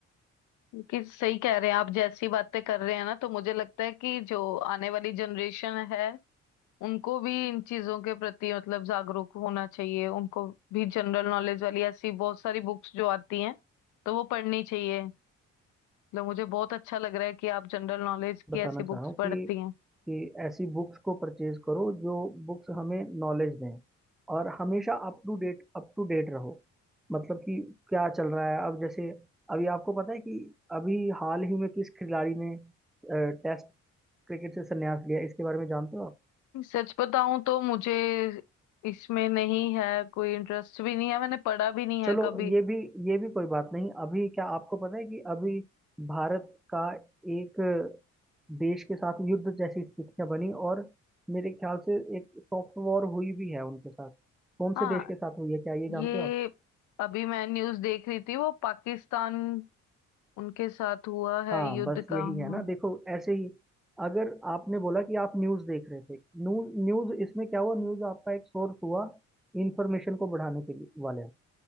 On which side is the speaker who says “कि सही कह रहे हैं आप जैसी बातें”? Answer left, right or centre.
Left